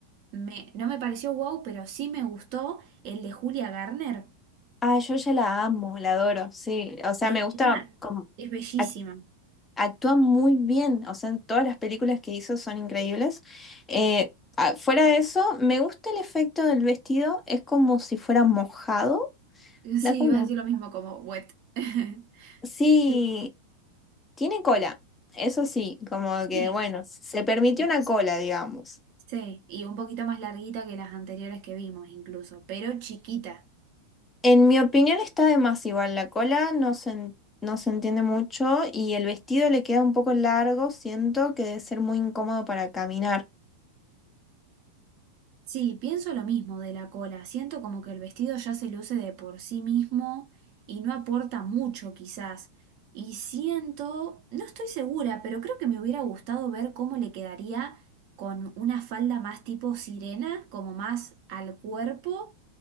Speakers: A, on the right (about 45°); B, on the left (about 15°).
A: me, no me pareció wow, pero sí me gustó, el de Julia Garner.
B: Ah, yo ya la amo, la adoro, sí. O sea,
A: Encima,
B: me gusta como
A: es bellísima.
B: act- actúa muy bien. O sea, todas las películas que hizo son increíbles. Eh, ah, fuera de eso, me gusta el efecto del vestido. Es como si fuera mojado.
A: Sí,
B: Da como
A: iba
B: una.
A: a decir lo mismo como wet. <laughs>
B: Sí,
A: Sí,
B: tiene cola. Eso sí, como que
A: sí,
B: bueno, se permitió
A: sí.
B: una cola, digamos.
A: sí. Y un poquito más larguita que las anteriores que vimos incluso, pero chiquita.
B: En mi opinión está de más igual, la cola no se, en- no se entiende mucho y el vestido le queda un poco largo, siento que debe ser muy incómodo para caminar.
A: Sí, pienso lo mismo de la cola. Siento como que el vestido ya se luce de por sí mismo y no aporta mucho quizás. Y siento, no estoy segura, pero creo que me hubiera gustado ver cómo le quedaría con una falda más tipo sirena, como más al cuerpo,